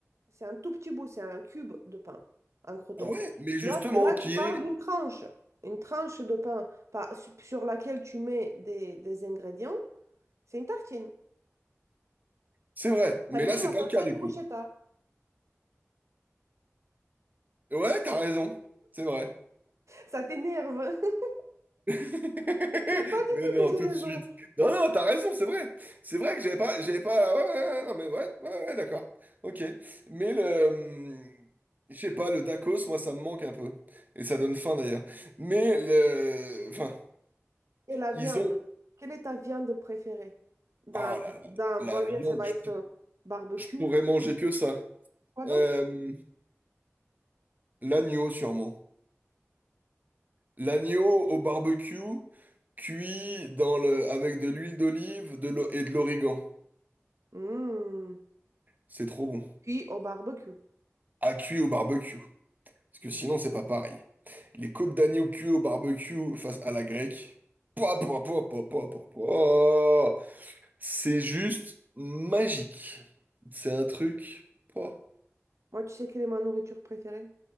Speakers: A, on the right; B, on the right.
A: C'est un tout petit bout, c'est un cube de pain, un croton.
B: Ouais, mais justement,
A: Là, là,
B: qui
A: tu parles
B: est...
A: d'une tranche. Une tranche de pain par- sur laquelle tu mets des, des ingrédients, c'est une tartine.
B: C'est vrai, mais
A: Italien
B: là, c'est
A: appelle
B: pas le cas
A: ça
B: du
A: une
B: coup.
A: bruschetta.
B: Ouais, t'as raison, c'est vrai.
A: <laughs> Ça t'énerve. <laughs>
B: <laughs>
A: J'aime pas du
B: Mais
A: tout
B: non,
A: que j'ai
B: tout
A: raison.
B: de suite. Non, non, t'as raison, c'est vrai. C'est vrai que j'avais pas... J'avais pas... Ouais, ouais, ouais, non, mais ouais, ouais, ouais, d'accord. Ok. Mais le... hum, Je sais pas, le Dakos, moi, ça me manque un peu. Et ça donne faim, d'ailleurs. Mais le... Enfin,
A: Et la
B: ils
A: viande.
B: ont...
A: Quelle est ta viande préférée? Dans,
B: Oh là là,
A: dans,
B: la
A: on va
B: viande,
A: dire, ça va
B: je,
A: être
B: pou-
A: barbecue.
B: je pourrais manger que ça.
A: Quoi donc?
B: Euh, l'agneau, sûrement. L'agneau au barbecue, cuit dans le, avec de l'huile d'olive de l'o- et de l'origan.
A: Mmh.
B: C'est trop bon.
A: Puis au barbecue.
B: À cuire au barbecue. Parce que
A: Bon.
B: sinon, c'est pas pareil. Les côtes d'agneau cuites au barbecue face à la grecque. Pouah, pouah, pouah, pouah, pouah, pouah, pouah. C'est juste magique. C'est un truc. pouah.
A: Moi, tu sais quelle est ma nourriture préférée?